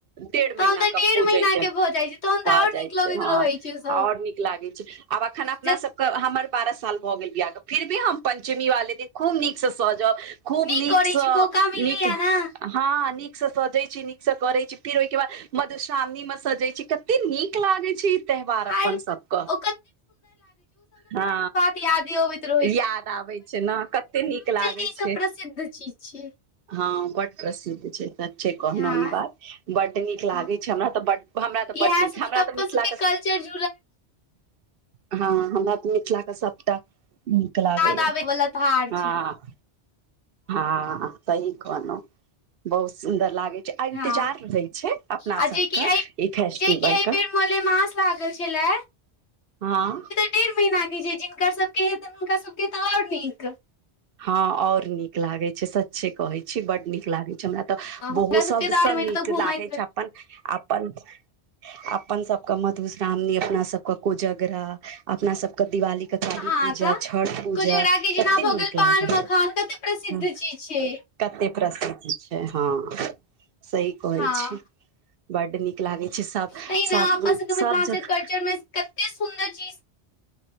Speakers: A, on the right; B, on the left.
A: डेढ़
B: तहन
A: महीना
B: तऽ
A: क
B: डेढ़
A: पूजै
B: महीना
A: क
B: के भऽ जाइ छै तहन तऽ
A: भऽ
B: आओर
A: जाइ
B: नीक लगैत
A: छै हँ
B: रहै छै सब
A: आओर नीक लागै छै आब अखन अपना
B: जे
A: सबके हमर बारह साल भऽ गेल बियाहके फिर भी हम पञ्चमी वाले दिन खूब नीकसँ सहजब खूब
B: नीक
A: नीकसँ
B: करै छी मौका मिलैया
A: नीक
B: ने
A: हँ नीक स सजै छी नीक स करै छी फिर ओहिके बाद मधुश्रावणी मे सजै छी कते नीक लागै छै त्यौहार
B: आर
A: अपन सबक
B: ओ
A: हँ
B: िय ओ भ <unintelligible>
A: याद आबै छै न कते नीक लागै
B: के ई
A: छै
B: सब प्रसिद्ध चीज छै
A: हँ बड प्रसिन छै सच्चे कहनौ
B: हँ
A: ई बात बड नीक
B: हँ,
A: लागै छै हमरा तऽ बड हमरा तऽ
B: इएह
A: बड नीक
B: सब
A: हमरा
B: अपन
A: तऽ मिथिलाके
B: सबके
A: सब
B: कल्चर <unintelligible>
A: हँ हँ हमरा तऽ मिथिलाके सभटा नीक लागैए
B: याद आबै बला तऽ भार
A: हँ
B: छै
A: हँ सही कहनौ बहुत सुन्दर लागै एन्तजार
B: हँ
A: रहै छै अपना
B: आ
A: सबक
B: जेकि एहि
A: ई फेस्टिवलक
B: जेकि एहि बेर मलेमास लागल छएला
A: हँ
B: डेढ़ महीना के छै जिनकक सबके के हेतै हुनका सबके तऽ आओर नीक
A: हँ आओर नीक लागै छै सच्चे कहै छी बड नीक लागै हमरा तऽ
B: हुनका
A: बहु सबसँ
B: सबके तऽ आओर महीना
A: नीक
B: तऽ घुमैत
A: लागै
B: रह।
A: छै अपन अपन अपन सबके मधुश्रावणी अपना सबके कोजगरा अपना सबके दिवाली त काली
B: हँ
A: पूजा
B: तऽ
A: छठ पूजा
B: कोजगरा के जेना
A: कते
B: भऽ
A: नीक
B: गेल पान
A: लागे
B: मखान
A: छै
B: कते प्रसिद्ध
A: हँ
B: चीज छै
A: कते प्रसिद्ध छै हँ सही कहै
B: हँ
A: छी बड नीक लागै छै सब
B: तहिना
A: सब
B: अपना सबके मिथिलाञ्चल
A: सब जगह
B: कल्चरमे कते सुन चीज